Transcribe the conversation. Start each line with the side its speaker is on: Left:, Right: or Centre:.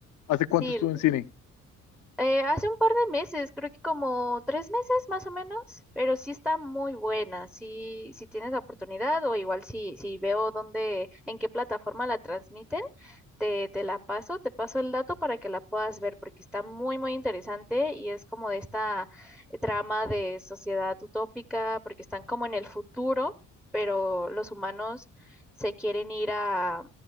Left: ¿Hace cuánto
Centre: Sí,
Left: estuvo en cine?
Centre: Eh, hace un par de meses, creo que como tres meses más o menos, pero sí está muy buena. Si si tienes la oportunidad o igual si, si veo dónde, en qué plataforma la transmiten, te, te la paso, te paso el dato para que la puedas ver, porque está muy, muy interesante y es como de esta eh, trama de sociedad utópica, porque están como en el futuro, pero los humanos se quieren ir a,